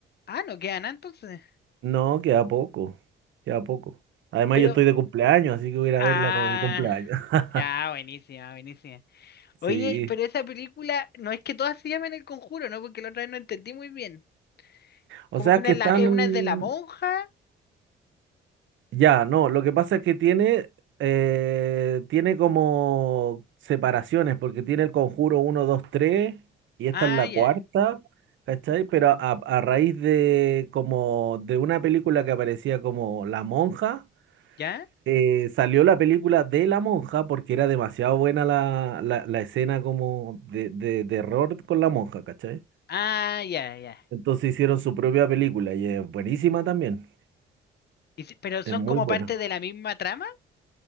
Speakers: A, on the left; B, on the right.
A: Ah, no queda nada entonces.
B: No, queda poco, queda poco. Además,
A: Pero.
B: yo estoy de cumpleaños, así que voy a
A: Ah.
B: ir a verla para mi cumpleaños. <laughs>
A: Ya, buenísima, buenísima.
B: Sí.
A: Oye, pero esa película no es que todas se llamen El Conjuro, ¿no? Porque la otra vez no entendí muy bien.
B: O
A: Como
B: sea,
A: que una
B: que
A: es,
B: están...
A: la, eh, una es de la monja.
B: Ya, no, lo que pasa es que tiene, eh, tiene como separaciones, porque tiene el conjuro uno 2 3 y esta
A: Ah,
B: es la
A: ya.
B: cuarta, ¿cachai? Pero a, a raíz de como de una película que aparecía como La Monja.
A: ¿Ya?
B: eh, salió la película de la monja porque era demasiado buena la, la- la escena como de, de, de error con la monja, ¿cachai?
A: Ah, ya, ya.
B: Entonces hicieron su propia película y es buenísima también,
A: Y si- pero son
B: es muy
A: como
B: buena.
A: parte de la misma trama.